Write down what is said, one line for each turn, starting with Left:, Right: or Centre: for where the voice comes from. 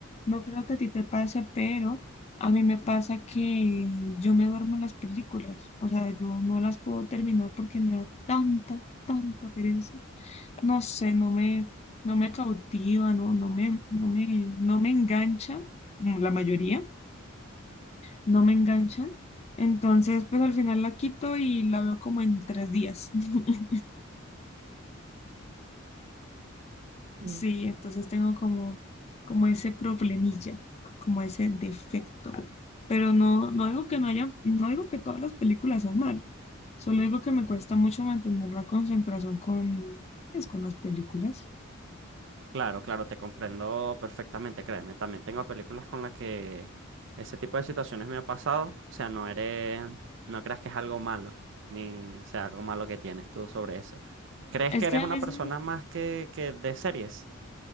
Left: no creo que a ti te pase, pero a mí me pasa que yo me duermo en las películas, o sea, yo no las puedo terminar porque me da tanta, tanta pereza. No sé, no me, no me cautiva, no, no me, no me, no me engancha, mm, la mayoría no me enganchan. Entonces, pues al final la quito y la veo como en tres días. <laughs>
Right: Mm.
Left: Sí, entonces tengo como, como ese problemilla, como ese defecto. Pero no, no digo que no haya, no digo que todas las películas sean malas. Solo digo que me cuesta mucho mantener la concentración con, pues, con las películas.
Right: Claro, claro, te comprendo perfectamente, créeme. También tengo películas con las que ese tipo de situaciones me ha pasado. O sea, no eres, no creas que es algo malo, ni, o sea, algo malo que tienes tú sobre eso. ¿Crees
Left: Es
Right: que eres
Left: que a
Right: una
Left: veces
Right: persona más que, que de series?